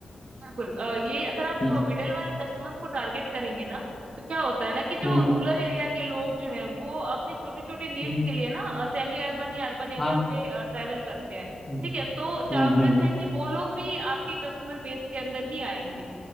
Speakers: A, on the right (about 60°); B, on the left (about 15°).
A: बिल्कुल अ, ये अगर आप
B: हम्म
A: मिडिल वाले कस्टमर्स को टारगेट करेंगे ना तो क्या होता है ना कि जो
B: हम्म
A: रूरल एरिया के लोग जो है वो अपनी छोटी छोटी नीड्स
B: हम्म,
A: के लिए ना सेमी अर्बन या अर्बन एरिया
B: हाँ
A: पे ट्रैवल करते हैं
B: हम्म
A: ठीक है तो
B: हम्म
A: चांसेस
B: हम्म,
A: है कि वो लोग भी आपके कस्टमर बेस के अंदर ही आएंगे